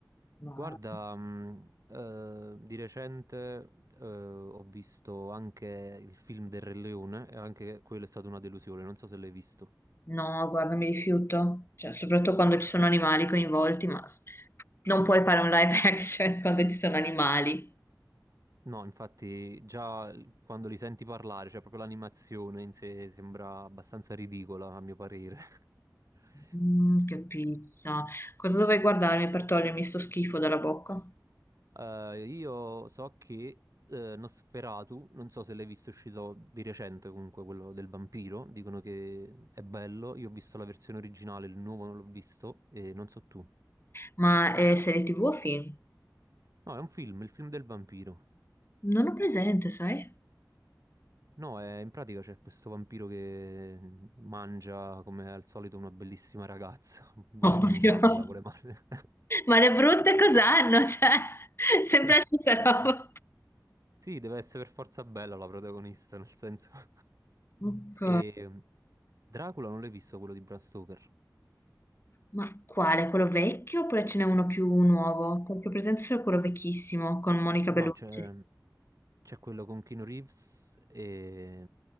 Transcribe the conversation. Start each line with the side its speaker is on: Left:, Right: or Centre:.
Left: Ma-
Right: Guarda, mh, eh, di recente eh, ho visto anche il film del Re Leone e anche quello è stata una delusione, non so se l'hai visto.
Left: No, guarda, mi rifiuto. Cioè, soprattutto quando ci sono animali coinvolti, ma s- non puoi fare un live action <laughs> quando ci sono animali.
Right: No, infatti già l- quando li senti parlare, cioè proprio l'animazione in sé sembra abbastanza ridicola a mio parere. <laughs>
Left: Mm, che pizza. Cosa dovrei guardarmi per togliermi sto schifo dalla bocca?
Right: Eh, io so che eh, Nosferatu, non so se l'hai visto, è uscito di recente comunque quello del vampiro, dicono che è bello, io ho visto la versione originale, il nuovo non l'ho visto e non so tu.
Left: Ma è serie TV o film?
Right: No, è un film, il film del vampiro.
Left: Non ho presente, sai?
Right: No, è- in pratica c'è questo vampiro che mangia come al solito una bellissima ragazza, <laughs> vuole
Left: Ovvio.
Right: mangiarla,
Left: <laughs>
Right: vuole mangiarla.
Left: Ma le brutte cos'hanno? Cioè, <laughs> sempre
Right: <laughs>
Left: la stessa roba.
Right: Sì, deve essere per forza bella la protagonista, nel senso... <laughs>
Left: Ok.
Right: E mm, Dracula non l'hai visto quello di Bram Stoker?
Left: Ma quale? Quello vecchio oppure ce n'è uno più nuovo? Perché ho presente solo quello vecchissimo con Monica
Right: No,
Left: Bellucci.
Right: c'è c'è quello con Keanu Reeves e...